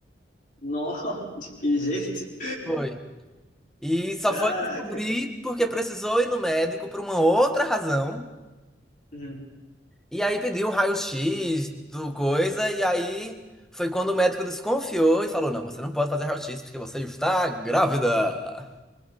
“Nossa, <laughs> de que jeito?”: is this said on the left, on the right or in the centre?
Left